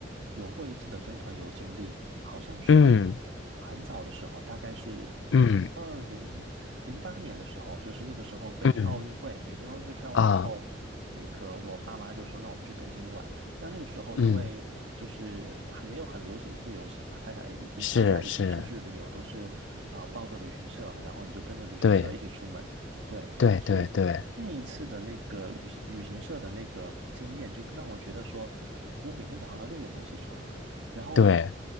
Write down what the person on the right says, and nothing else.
有过一次的跟团游经历，好像是
很早的时候，大概是
二零零八年的时候，就是那个时候北京奥运会，
北京奥运会开完以后，
那个我爸妈就说，那我们去北京玩，那那个时候，
因为就是还没有很流行自由行嘛，大家以大家以前出去旅游都是啊、
呃报个旅行社，然后你就跟着旅行社一起出门，
对，
所以那一次的那个旅行旅行社的那个经验，就让我觉得说，我每天早上要六点钟起床，然后